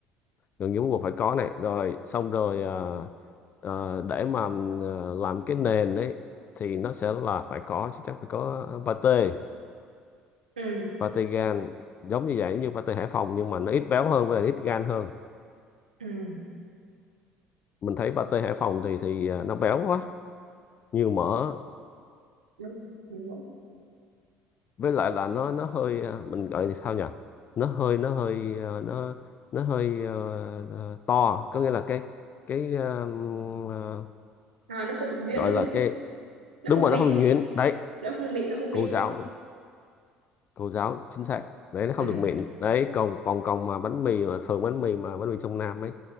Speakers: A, on the left (about 35°); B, on the right (about 80°).
A: gần như bắt buộc phải có này rồi xong rồi ờ, ờ, để mà ờ, làm cái nền ấy thì nó sẽ là phải có chắc chắn phải có pate
B: ừ
A: pate gan giống như vậy như pate Hải Phòng nhưng mà nó ít béo hơn với lại ít gan hơn
B: ừ
A: mình thấy pate Hải Phòng thì thì ờ, nó béo quá nhiều mỡ
B: đúng đúng rồi.
A: với lại là nó nó hơi ờ, mình gọi là sao nhỉ nó hơi nó hơi ờ, nó nó hơi ờ, ờ, to có nghĩa là cái cái ờ, ờ,
B: à nó không được nhuyễn
A: gọi
B: đúng
A: là
B: không
A: cái
B: nó
A: đúng
B: không
A: rồi
B: mịn
A: nó không được nhuyễn đấy
B: nó không mịn nó không mịn
A: cô giáo cô giáo chính xác đấy nó không
B: <laughs>
A: được mịn đấy còn còn còn mà bánh mì mà thường bánh mì mà bánh mì trong Nam ấy